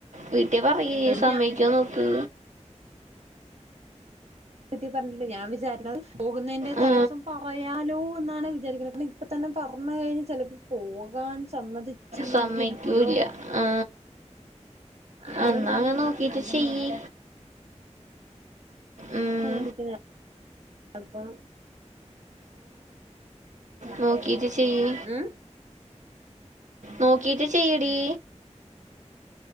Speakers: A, on the right (about 75°); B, on the right (about 60°).
A: വീട്ടിൽ പറയ്
B: എടി
A: സമ്മയ്ക്കോ
B: ഞാൻ
A: നോക്ക്
B: റ്റി പറഞ്ഞില്ല ഞാൻ വിചാരിക്കണ പോകുന്നതിന്റെ
A: ആ
B: തലേ ദിവസം പറയാലോ എന്നാണ് വിചാരിക്കുന്നത് ഇപ്പ തന്നെ പറഞ്ഞു അമ്മ കഴിഞ്ഞ് ചിലപ്പോ പോകാൻ സമ്മതിച്ചില്ലെങ്കിലോ
A: സമ്മതിക്കൂല ആ
B: ആ
A: എന്നാ
B: ഒരു
A: അങ്ങ നോക്കിട്ട് ചെയ്യ് ഉം.
B: മേടിക്കുന്ന അപ്പം
A: നോക്കീട്ട് ചെയ്യ്
B: ഉം
A: നോക്കീട്ട് ചെയ്യടി